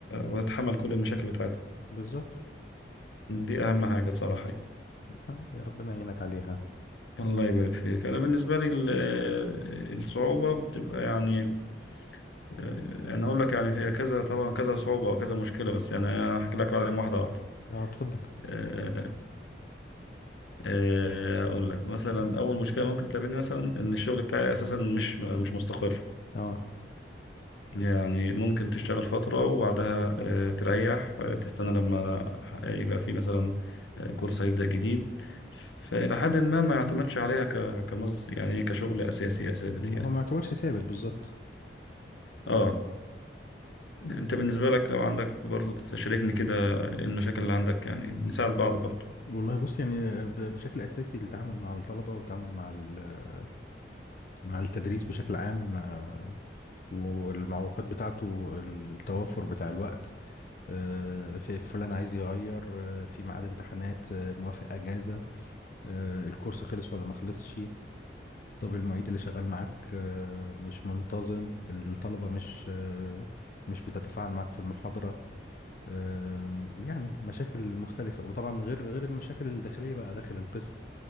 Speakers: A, on the left (about 85°); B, on the left (about 50°).
A: وتتحمل كل المشاكل بتاعتها
B: بالظبط
A: دي أهم حاجة صراحة
B: ها، يا ربنا يعينك عليها
A: الله يبارك فيك أنا
B: و-
A: بالنسبة لي ال- آه، الصعوبة بتبقى يعني آه، انا اقول لك يعني في كذا طبعا كذا صعوبه وكذا مشكله بس يعني أنا هحكي لك عليهم واحده واحده
B: اه اتفضل
A: آه، آه، اقول لك مثلا اول مشكله ممكن تقابلني مثلا ان الشغل بتاعي اساسا مش مش مستقر
B: اه
A: يعني ممكن تشتغل فتره وبعدها آه، تريح آه، تستنى لما يبقى في مثلا آه، كورس هيبدا جديد فالى حد ما ما يعتمدش عليها ك- كمز يعني إيه، كشغل اساسي ثابت
B: ما
A: يعني
B: هو ما يعتبرش ثابت بالظبط
A: اه انت بالنسبه لك لو عندك برضو تشاركني كده إيه المشاكل اللي عندك يعني نساعد بعض برضو
B: والله بص يعني ب- بشكل اساسي التعامل مع الطلبه والتعامل مع ال- مع التدريس بشكل عام آه، والمعوقات بتاعته التوافر بتاع الوقت آه، في فلان عايز يغير آه، في ميعاد امتحانات آه، موافق اجازه آه، الكورس خلص ولا ما خلصش طب المعيد اللي شغال معاك آه، مش منتظم الطلبه مش آه، مش بتتفاعل معاك في المحاضره آه، يعني مشاكل مختلفه وطبعا غير غير المشاكل الداخليه بقى داخل القسم